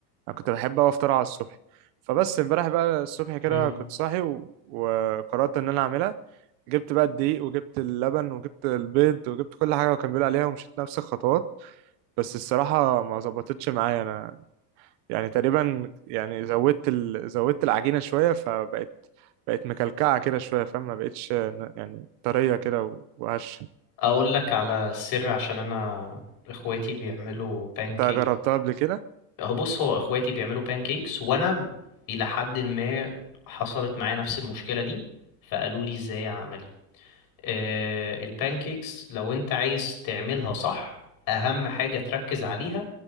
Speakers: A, on the right; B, on the left.
A: انا كنت بحب اوي افطر على الصبح فبس امبارح بقى الصبح كده
B: مم.
A: كنت صاحي و... وقررت ان انا اعملها جبت بقى الدقيق وجبت اللبن وجبت البيض وجبت كل حاجه وكان بيقول عليها ومشيت نفس الخطوات بس الصراحه ما ظبطتش معايا انا يعني تقريبا يعني زودت ال... زودت العجينه شويه فبقت بقت مكلكعه كده شويه فاهم ما بقتش ن- يعني طريه كده و- وهشه
B: اقول لك على السر عشان انا اخواتي بيعملوا بانكيك
A: انت جربتها قبل كده
B: هو بص هو اخواتي بيعملوا بانكيكس وانا الى حد ما حصلت معايا نفس المشكله دي فقالوا لي ازاي اعملها آه البانكيكس لو انت عايز تعملها صح اهم حاجه تركز عليها